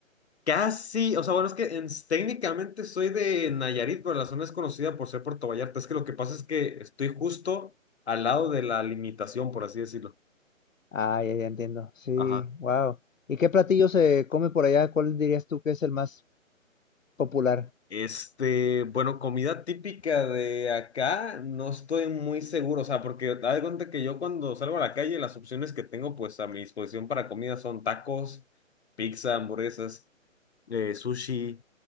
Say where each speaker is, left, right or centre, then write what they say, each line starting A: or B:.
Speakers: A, on the left (about 50°); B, on the left (about 70°).
A: Casi, o sea, bueno, es que en- técnicamente soy de Nayarit, pero la zona es conocida por ser Puerto Vallarta. Es que lo que pasa es que estoy justo al lado de la limitación, por así decirlo.
B: ah, ya, ya entiendo. Sí,
A: Ajá.
B: wow. ¿Y qué platillo se come por allá? ¿Cuál dirías tú que es el más popular?
A: Este, bueno, comida típica de acá, no estoy muy seguro, o sea, porque haz de cuenta que yo cuando salgo a la calle, las opciones que tengo pues a mi disposición para comida son tacos, pizza, hamburguesas. eh, sushi,